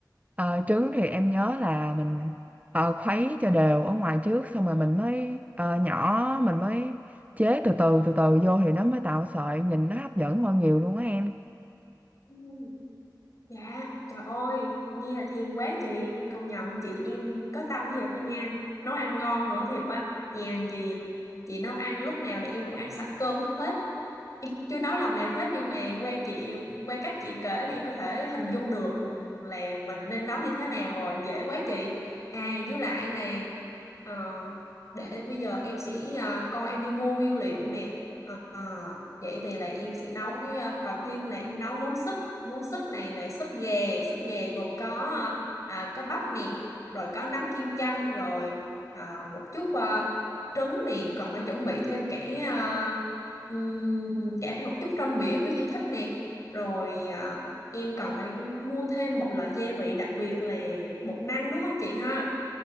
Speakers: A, on the right; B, on the left.
A: Ờ, trứng thì em nhớ là mình ờ, khuấy cho đều ở ngoài trước xong rồi mình mới ờ, nhỏ mình mới chế từ từ từ từ vô thì nó mới tạo sợi nhìn nó hấp dẫn hơn nhiều luôn á em.
B: Ừ, Dạ, trời ơi, nghe là thèm quá chị. Công nhận chị em có tâm thiệt đó nha. Nấu ăn ngon nữa thiệt á. Nhàn gì. Chị nấu ăn lúc nào là em cũng ăn sạch cơm hết. Chị chưa nấu lần nào hết nhưng mà qua chị qua cách chị kể thì em có thể hình dung được là mình nên nấu như thế nào rồi dễ quá chị à với lại là ờ, để bây giờ em sẽ ờ, coi em đi mua nguyên liệu nè Ờ, vậy thì là em sẽ nấu với ờ, đầu tiên là em nấu món súp món súp này là súp gà súp gà gồm có ờ, à, có bắp nè rồi có nấm kim châm rồi ờ, một chút ờ, trứng nè còn phải chuẩn bị thêm cả ờ, Ừm, cả hai một chút rong biển rất em thích nè rồi à, em còn phải mua thêm một loại gia vị đặc biệt là bột năng đúng không chị ha